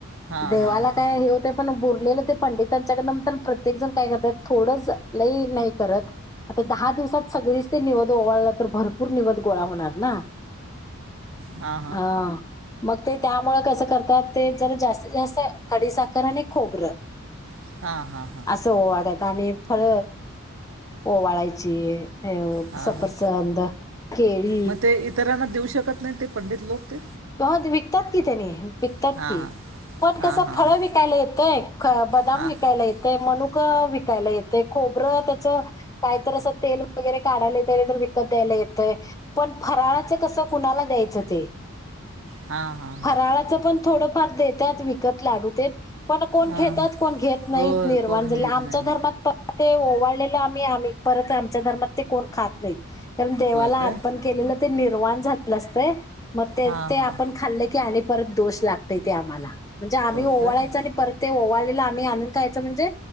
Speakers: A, on the right; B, on the left.
A: हां
B: देवाला
A: हां हां
B: काय हे होतय पण ऊर. उरलेल ते पंडितांच्या कडन म्हणताना प्रत्येक जण काय करत्यात. थोडंस लय नाही करत. आता दहा दिवसात सगळीच ते निवद ओवाळला तर भरपूर निवद गोळा होणार. होणार ना.
A: हां हां
B: हा. मग ते त्या मूळ कसं करतात ते जर जास्तीत जास्त खडीसाखर आणि खोबरं.
A: हां हां हां
B: असं ओवाळतात आणि फळ ओवाळायची. हे अ
A: हां
B: सपरसंद
A: हां
B: केळी.
A: मग ते इतरांना देऊ शकत नाही ते पंडित लोक ते.
B: हो विकतात की त्यानी विकतात
A: हां
B: की
A: हां
B: पण
A: हां
B: कसं
A: हां
B: फळ
A: हां
B: विकायला येतंय. बदाम
A: हां
B: विकायला येतय मणुक विकायला येतय खोबर त्याच पाहिजेतर अस तेल वगैरे काढायला येतंय नाहीतर विकत द्यायला येतंय पण फराळाच कस कुणाला द्यायचं ते
A: हां हां हां
B: फराळाच पण थोडंफार देत्यात विकत लाडू तेन पण कोण
A: हां
B: घेतात
A: हां
B: कोण घेत नाही
A: होय
B: निर्वाण
A: कोण
B: झालेल
A: घेत
B: आमच्या
A: नाही
B: धर्मात तर ते ओवळलेला आम्ही आम्ही परत आमच्या धर्मात ते कोण खात नाहीत कारण देवाला
A: होय काय
B: अर्पण केलेलं ते निर्वाण झालेलं असत मग ते
A: हां
B: ते
A: हां
B: आपण खाल्ले की आणि परत दोष लागतंय ते आम्हाला म्हणजे आम्ही
A: होय
B: ओवळायच
A: काय
B: आणि परत ते आवळेल आम्ही आणून खायच म्हणजे